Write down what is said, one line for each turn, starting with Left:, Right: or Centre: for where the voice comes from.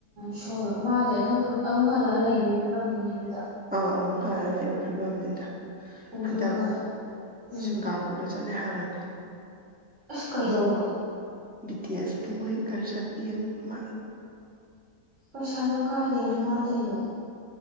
Right: ꯁ ꯃꯥꯁꯦ ꯑꯗꯨꯝ ꯑꯃꯨꯛ ꯍꯜꯂꯑ ꯂꯩꯕꯒꯤ ꯐꯤꯕꯝꯅꯤꯅꯦ ꯑꯗꯨꯗ
Centre: ꯑꯥ ꯑꯃꯨꯛ ꯈꯔ ꯂꯩꯕ ꯐꯤꯕꯝꯅꯤꯗ
Right: ꯑꯗꯨꯒ
Centre: ꯍꯟꯗꯛ
Right: ꯎꯝ
Centre: ꯁꯤꯡꯒꯥꯄꯨꯔꯗ ꯆꯠꯅ ꯍꯥꯏꯔꯕꯅꯤ
Right: ꯑꯁ ꯀꯩꯗꯧꯕ
Centre: ꯕꯤ ꯇꯤ ꯑꯦꯁꯀꯤ ꯃꯣꯏ ꯀꯔꯁꯠ ꯃꯤ ꯌꯦꯡꯕꯃꯥ
Right: ꯄꯩꯁꯥꯅ ꯀꯥꯏꯗꯦꯅꯦ ꯃꯥꯗꯁꯨ